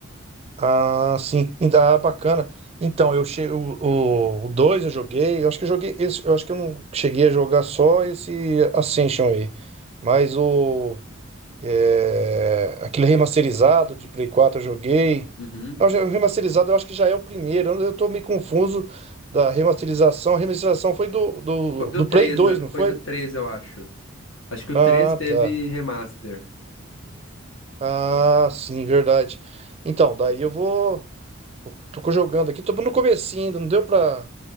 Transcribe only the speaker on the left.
Uhum.
Foi do
três
né?
Foi do três eu acho. Acho que o
3 teve
remaster.